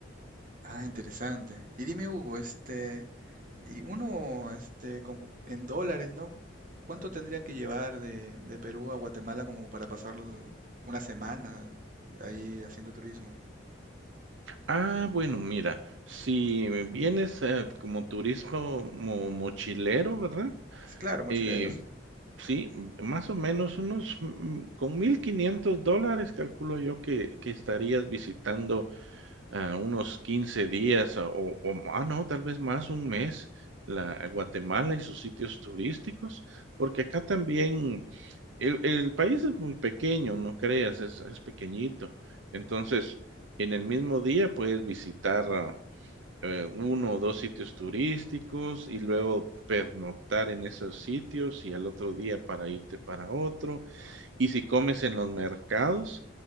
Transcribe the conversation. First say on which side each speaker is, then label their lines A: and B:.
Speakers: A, on the right; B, on the right.
A: Ah, interesante. Y dime, Hugo, este, y uno, este, con cu- en dólares, ¿no? ¿Cuánto tendría que llevar de, de Perú a Guatemala como para pasar l- una semana ahí haciendo turismo?
B: Ah, bueno, mira, si vienes, eh, como turismo mo mochilero, ¿verdad?
A: Es claro, mochileros.
B: Eh, sí, m- más o menos unos, mm, con $1500, calculo yo que que estarías visitando, ah, unos 15 días ah, o o ma- ah, no, tal vez más, un mes, la a Guatemala y sus sitios turísticos, porque acá también el el país es muy pequeño, no creas, es es pequeñito. Entonces, en el mismo día puedes visitar ah, eh, uno o dos sitios turísticos y luego pernoctar en esos sitios y al otro día para irte para otro. Y si comes en los mercados,